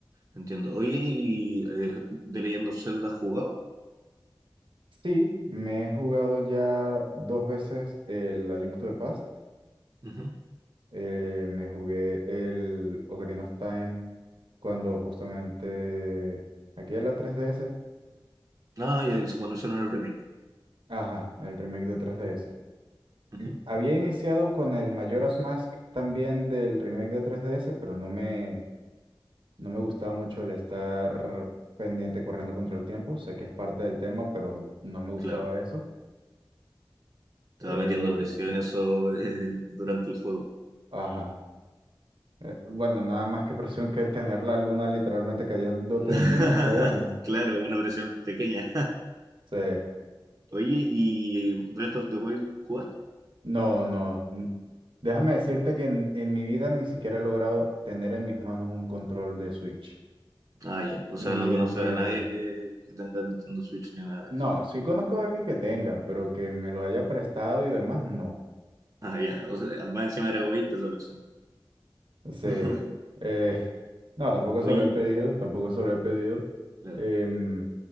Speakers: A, on the right; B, on the right.
A: Entiendo. Oye, ¿y eh, The Legend of Zelda has jugado?
B: Sí, me he jugado ya dos veces el A Link to the Past.
A: Ujú.
B: Eh, me jugué el Ocarina of Time cuando justamente... Aquí en la tres D S
A: Ah, ya, es cuando hicieron el remake.
B: Ajá, el remake de 3DS.
A: Ujú,
B: Y Había iniciado con el Majora's Mask también del remake de tres D S pero no me, No me gustaba mucho el estar pendiente corriendo contra el tiempo. Sé que es parte del tema, pero no me gustaba
A: Claro,
B: eso.
A: te va
B: Eh,
A: metiendo presión eso <laughs> eh, durante el juego.
B: ajá. Eh, bueno, nada más que presión que tener la luna literalmente cayéndote
A: <laughs>
B: encima, pero bueno.
A: Claro, una versión pequeña.
B: Sí.
A: Oye, ¿y Breath of the Wild jugaste?
B: No, no. n- Déjame decirte que en, en mi vida ni siquiera he logrado tener en mis manos un control de Switch.
A: Ah, ya. O
B: Ni
A: sea, no
B: de,
A: conoces
B: ni
A: a
B: de...
A: nadie que, que tenga Nintendo Switch ni nada de
B: No,
A: eso.
B: sí conozco a alguien que tenga, pero que me lo haya prestado y demás, no.
A: Ah, ya. O sea, más encima era egoísta esa persona.
B: Sí.
A: <laughs>
B: Eh, <laughs> no, tampoco
A: Oye,
B: se lo he pedido, tampoco se lo he pedido.
A: claro,
B: Em,